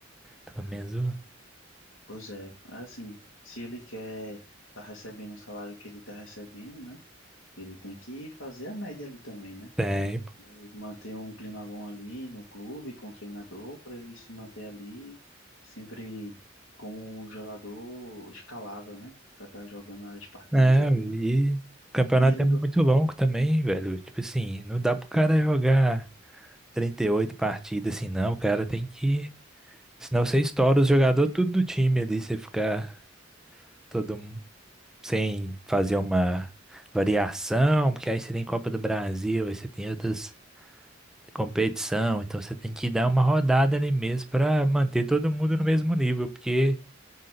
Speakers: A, in the centre; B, on the left.
A: Pelo menos o
B: Pois é. Assim, se ele quer tá recebendo o salário que ele tá recebendo, né? Ele tem que fazer a média ali também, né?
A: tempo.
B: Manter um clima bom ali no clube, com o treinador, para ele se manter ali sempre como um jogador escalável, né? Para estar jogando as partidas
A: É,
B: aí.
A: e o campeonato
B: E ele.
A: é muito
B: go-
A: longo também, velho. Tipo assim, não dá pro cara jogar 38 partidas assim, não. O cara tem que Senão você estoura os jogadores tudo do time ali, você fica todo mundo sem fazer uma variação, porque aí você tem Copa do Brasil, aí você tem outras competição, então você tem que dar uma rodada ali mesmo pra manter todo mundo no mesmo nível, porque